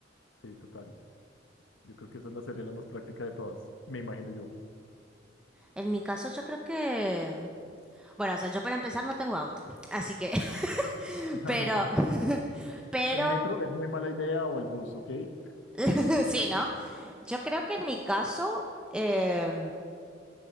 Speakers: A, on the left; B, in the centre.
A: Sí, total. Yo creo que esa es la sería la más práctica de todas, me imagino yo.
B: En mi caso, yo creo que... Bueno, o sea, yo para empezar no tengo auto, así que... <laughs>
A: <laughs>
B: Pero Pero,
A: El Sí. metro es muy mala idea o el bus, ¿ok? Te
B: <laughs> sí, ¿no? Yo creo que en mi caso, eh,